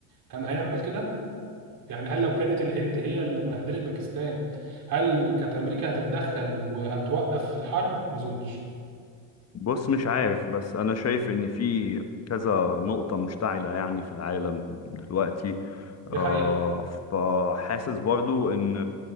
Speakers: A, on the right; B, on the left.
A: كان هيعمل كده يعني هل لو كانت الهند هي اللي بهدلت باكستان هل كانت امريكا هتتدخل وهتوقف الحرب ما اظنش
B: بص مش عارف بس انا شايف ان في كذا نقطة مشتعلة يعني في العالم دلوقتي
A: دي
B: آه
A: حقيقة
B: فحاسس برضو ان